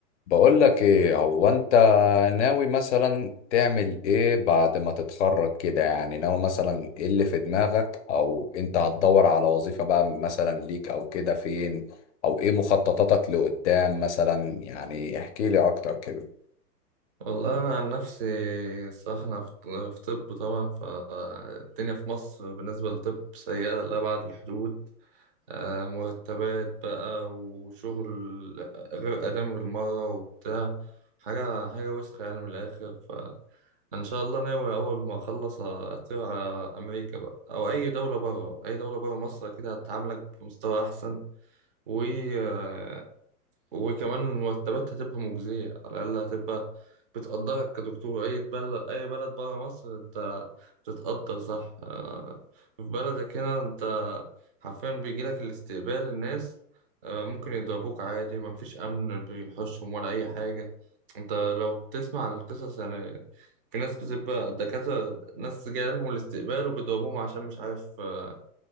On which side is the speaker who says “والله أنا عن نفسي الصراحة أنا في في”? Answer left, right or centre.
Right